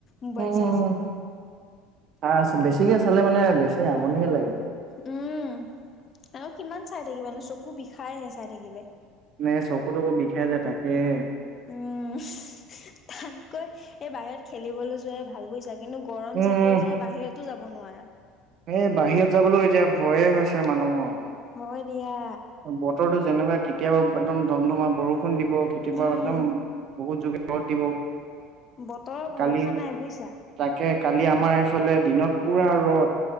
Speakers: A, on the left (about 35°); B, on the right (about 45°).
A: মোবাইল
B: উম,
A: চাই
B: উম,
A: চাই
B: ছাৰ আছে, বেছিকে চালে মানে বেছি আমনিহে লাগে।
A: উম উম আৰু কিমান চাই থাকিবানো চকু বিষাইহে চাই থাকিলে।
B: এনে চকু তকো বিষাই যায় তাকেহে
A: উম তাতকৈ এই বাহিৰত খেলিবলে যোৱাই ভাল বুইছা কিন্তু গৰম
B: উম,
A: যি পৰি যায় বাহিৰতো যাব নোৱাৰা।
B: এ বাহিৰত যাবলৈও এতিয়া ভয়ে হৈছে মানুহৰ,
A: হয় দিয়া
B: বতৰো যেনেকুৱা কেতিয়াবা একদম ধম ধমা বৰষুণ দিব কেতিয়াবা
A: উম
B: একদম বহুত যুৰ ৰ'দ দিব।
A: বতৰৰ ভৰষা
B: কালি
A: নাই বুইছা।
B: তাকে কালি আমাৰ এইফালে দিনত পুৰা ৰ'দ,